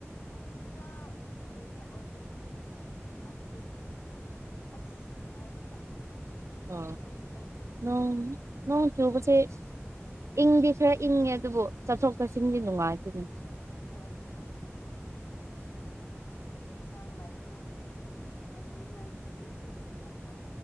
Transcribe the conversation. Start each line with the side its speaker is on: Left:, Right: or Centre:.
Left: ꯌꯨꯝꯗ ꯂꯩ ꯑꯣꯏꯔꯁꯨ ꯅꯣꯡ ꯆꯨꯝꯃꯟꯕꯒꯤ ꯑꯁ ꯅꯨꯡꯉꯥꯏꯇꯦꯗ
Right: ꯑ
Left: ꯐ꯭ꯔꯦꯁ ꯂꯩꯇꯦ
Right: ꯅꯣꯡ ꯅꯣꯡ ꯆꯨꯕꯁꯦ ꯏꯪꯗꯤ ꯈꯔ ꯏꯪꯉꯦ ꯑꯗꯨꯕꯨ ꯆꯠꯊꯣꯛ ꯁꯤꯗꯤ ꯃꯥꯥꯏꯇꯅꯦ
Left: ꯍꯣꯏ ꯅꯨꯡꯉꯥꯏꯇꯦ ꯏꯟꯁꯥꯡ ꯂꯥꯏꯕ ꯂꯥꯏꯅꯤꯡꯉꯥꯏꯁꯨ ꯑꯗꯨꯝ ꯊꯣꯛꯄ